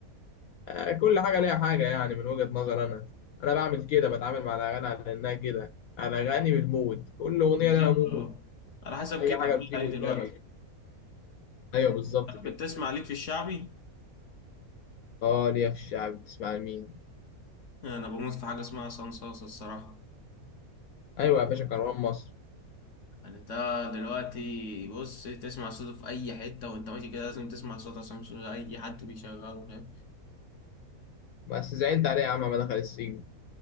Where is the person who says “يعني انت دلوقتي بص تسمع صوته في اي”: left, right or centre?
Left